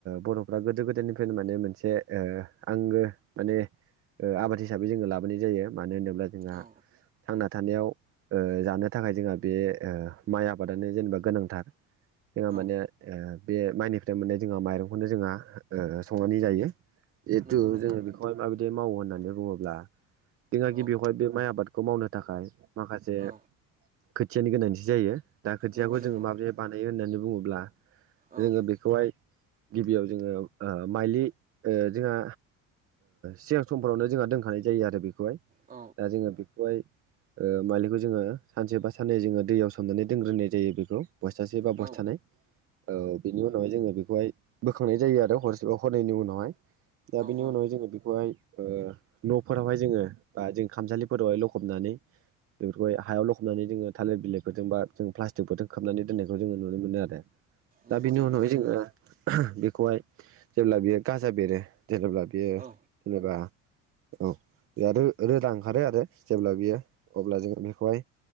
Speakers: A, on the right; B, on the right.
A: बर'फ्रा गोदो गोदायनिफ्रायनो माने मोनसे आंगो माने आबाद हिसाबै जोङो लाबोनाय जायो मानो होनोब्ला जोंहा
B: औ
A: थांना थानायाव जानो थाखाय जोंहा बे माइ आबादानो जेनेबा गोनांथार जोंहा माने
B: औ
A: बे माइनिफ्राय माने जोंहा माइरंखौनो जोंहा संनानै जायो। जिेथु
B: नंगौ नंगौ
A: जोङो बेखौहाय माबायदि मावो होननानै बुङोब्ला जोंहा गिबियावहाय
B: औ
A: बे माइ आबादखौ मावनो थाखाय माखासे
B: औ
A: खोथियानि गोनांथि जायो दा खोथियाखौ
B: नंगौ नंगौ
A: जोङो माबोरै बानायो होननानै बुङोब्ला
B: औ
A: जोङो बे बेखौहाय गिबियाव जोङो माइलि जोंहा सिगां समफोरावनो जोंहा दोनखानाय जायो आरो बेखौहाय
B: औ
A: दा जोङो बेखौहाय मालिखौ जोङो सानसे बा साननै जोङो दैयाव सोमनानै दोनग्रोनाय जायो बेखौ बस्थासे बा
B: औ
A: बस्थानै औ बेनि उनाव उनावहाय जोङो बेखौहाय बोखांनाय जायो आरो हटसेपाव हरनायनि उनावहाय दा
B: औ
A: बेनि
B: औ
A: उनावहाय जोङो बेखौहाय न'फोरावहाय जोङो बा जों खामसालिफोरावहाय लखबनानै बेफोरखौ हायाव लखबनानै जोङो थालिर बिलाइफोरजों बा जों प्लास्टिकफोरजों खाबनानै दोननायखौ जोङो नुनो मोनो आरो। दा
B: नंगौ
A: बेनि
B: नंगौ
A: उनावहाय जोङो बेखौहाय जेब्ला बेयो गाजा बेरो जेनेबा बेयो
B: औ
A: जेनेबा औ बे रोदा ओंखारो आरो जेब्ला बियो अब्ला जोङो बेखौहाय